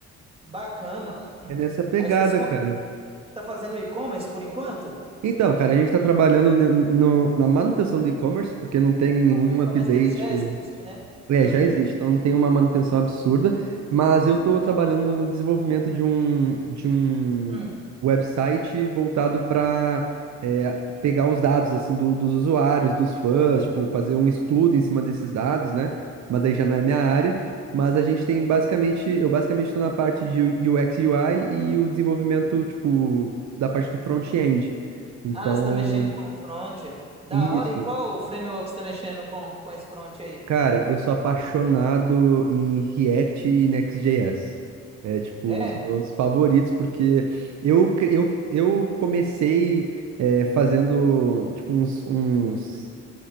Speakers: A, on the right; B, on the right.
A: Bacana, ué. <laughs> Uhum.
B: É nessa pegada,
A: Aí vocês con-
B: cara.
A: tá fazendo e-commerce por enquanto?
B: Então, cara, a gente está trabalhando ne- no- na manutenção do e-commerce, porque não tem nenhum
A: Ah, o e-commerce
B: update,
A: deles já existe, né?
B: é,
A: Uhum.
B: já existe, então não tem uma manutenção absurda, mas eu estou trabalhando no desenvolvimento de um, de um
A: Hum.
B: website voltado para pegar os dados assim do- dos usuários, dos fãs, tipo, fazer um estudo em cima desses dados, né? Mas daí já não é minha área. Mas a gente tem basicamente, eu basicamente estou na parte de UX UI e U I e o desenvolvimento, tipo, da parte do front-end. Então,
A: Ah, você tá mexendo com front. é? Da
B: isso.
A: hora. E qual framework você tá mexendo com, com esse front aí?
B: Cara, eu sou apaixonado em React e Next.js. É tipo
A: É?
B: os meus favoritos, porque eu, cre- eu, eu comecei é, fazendo tipo uns, uns